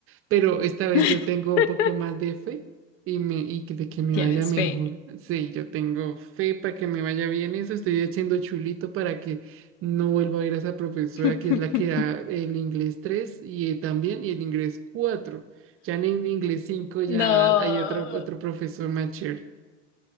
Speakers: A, on the right; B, on the left.
A: pero esta vez
B: <laughs>
A: yo tengo un poco más de fe. Y, me, y que- de que me
B: Tienes
A: vaya mejor.
B: fe.
A: Sí, yo tengo fe para que me vaya bien eso. Estoy haciendo chulito para que no vuelva a ir a esa profesora
B: <laughs>
A: que es la que da el inglés 3 y eh, también y el inglés cuatro Ya en el inglés cinco ya
B: No.
A: hay otro, otro profesor más chévere.